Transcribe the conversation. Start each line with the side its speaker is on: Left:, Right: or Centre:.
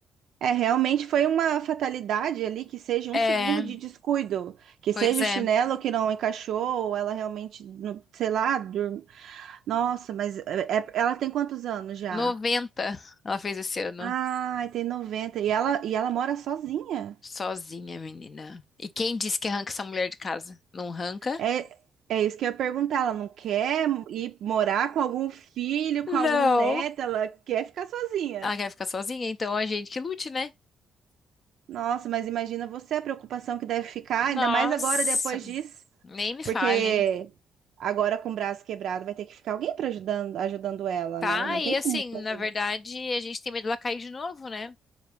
Right: É, realmente foi uma fatalidade ali, que seja um
Left: É,
Right: segundo de descuido, que
Left: pois
Right: seja
Left: é.
Right: o chinelo que não encaixou, ou ela realmente, não- sei lá, dur- Nossa, mas é- é- ela tem quantos anos já?
Left: 90, ela fez esse ano,
Right: Ai, tem noventa E ela, e ela mora sozinha?
Left: sozinha, menina. E quem disse que arranca essa mulher de casa? Não arranca?
Right: É, é isso que eu ia perguntar. Ela não quer ir morar com algum filho,
Left: Não.
Right: com algum neto, ela quer ficar sozinha.
Left: Ela quer ficar sozinha, então a gente que lute, né?
Right: Nossa, mas imagina você a preocupação que deve ficar,
Left: Nossa,
Right: ainda mais agora depois disso,
Left: nem me fale.
Right: porque agora com o braço quebrado vai ter que ficar alguém para ajudando, ajudando ela,
Left: Tá,
Right: né? Não
Left: e
Right: tem
Left: assim,
Right: como fazer.
Left: na verdade, a gente tem medo dela cair de novo, né?